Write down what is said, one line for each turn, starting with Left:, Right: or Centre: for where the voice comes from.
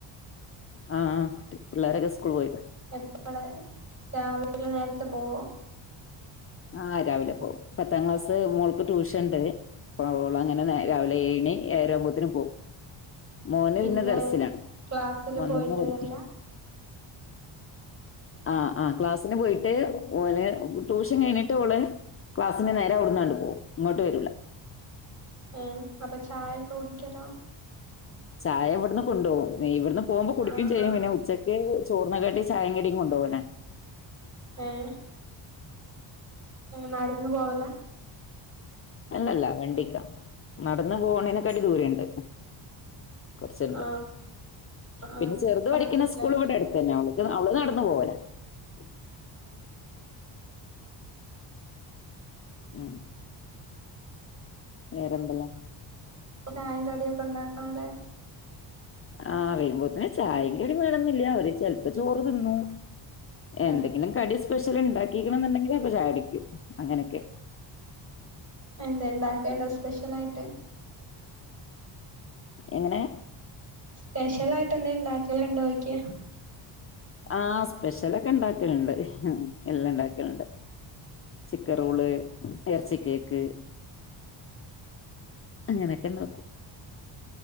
Left: ആഹ് പിള്ളാരൊക്കെ സ്കൂള് പോയി
Right: എപ്പളാ രാവിലെ നേരത്തെ പോവോ
Left: ആഹ് രാവിലെ പോവും പത്താം ക്ലാസ് മോൾക്ക് ട്യൂഷൻ ഉണ്ട് അവളങ്ങന രാവിലെ ഏണി ഏഴരമ്പോത്തേന് പോവും മോന്
Right: പിന്നെ
Left: ദർസിലാണ്
Right: ക്ലാസില്
Left: വന്നിന്ന്
Right: പോയിട്ട്
Left: പഠിക്കും
Right: വരില്ല <inaudible>
Left: ആ ആ ക്ലാസ്സിന് പോയിട്ട് ഓന് ടൂഷ കഴിഞ്ഞിട്ട് അവള് ക്ലാസ്സിന് നേരെ അവിടുന്നങ്ങോട്ട് പോവും ഇങ്ങോട്ട് വരൂല
Right: ഏഹ് അപ്പൊ ചായയൊക്കെ കുടിക്കലോ
Left: ചായ ഇവിടുന്ന് കൊണ്ടുപോകും ഇവിടുന്ന് പോകുമ്പോ കുടിക്കും
Right: ആഹ്
Left: ചെയ്യും
Right: ആഹ്
Left: പിന്നെ ഉച്ചക്ക് ചോറിനെകാട്ടി ചായേംകടിം കൊണ്ടുപോനെ
Right: ആഹ് നടന്ന് പോവലാ
Left: അല്ലല്ല വണ്ടിക്കാ നടന്ന് പോണേനേക്കാട്ടി ദൂരൊണ്ട് കുറച്ചുണ്ട്
Right: ആഹ് ആഹ്
Left: പിന്നെ ചെറുത്
Right: ബസ്സിലായിരിക്കും.
Left: പഠിക്കണ സ്കൂൾ ഇവിടെ അടുത്ത് തന്നെയാ അവക്ക് അവള് നടന്ന <unintelligible> ഉം വേറെന്തുവാ
Right: ചായേം കടിയൊക്കെ ഉണ്ടാക്കണല്ലേ
Left: ആഹ് വരുമ്പോത്തെന് ചായേം കടിയും വേണോന്നില്ല അവര് ചെലപ്പോ ചോറ് തിന്നും എന്തെങ്കിലും
Right: ആഹ്
Left: കടി സ് സ്പെഷ്യൽ ഉണ്ടാക്കിക്കണ എന്നുണ്ടെങ്കിൽ അപ്പൊ ചാടിക്കും അങ്ങനൊക്കെ
Right: എന്തെണ്ടാക്കേണ്ടേ സ്പെഷ്യല ആയിട്ട്
Left: എങ്ങനെ
Right: സ്പെഷ്യലായിട്ട് എന്താെണ്ടാക്കല്ണ്ടോ ക്യായ
Left: ആസ്പെഷ്യലൊക്കെ ഇണ്ടാക്കല്ണ്ട് എല്ലാം ഇണ്ടാക്കല്ണ്ട് ചിക്കൻറോള് എറച്ചി കേക്ക് അങ്ങനൊക്കെ ഉണ്ടാക്കും